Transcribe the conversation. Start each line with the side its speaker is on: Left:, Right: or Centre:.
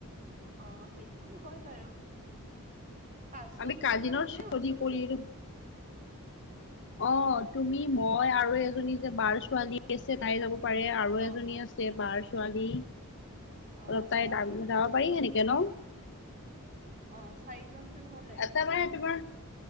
Right: অ', সেইটো হয় বাৰু পাঁচজন
Left: আমি কাজিনৰ
Right: ছয়জন হলেই
Left: চদি
Right: হল চলি
Left: কৰিলো।
Right: যাব। <inaudible>
Left: অ', তুমি মই আৰু এজনী যে বাৰ ছোৱালী আছে তাই যাব পাৰে আৰু
Right: অ অ
Left: এজনী আছে বাৰ ছোৱালী অলপ
Right: অ
Left: তাই
Right: অ
Left: যাব পাৰি সেনেকে ন'?
Right: অ', চাৰিজনচোন হলে।
Left: এটাকে তোমাৰ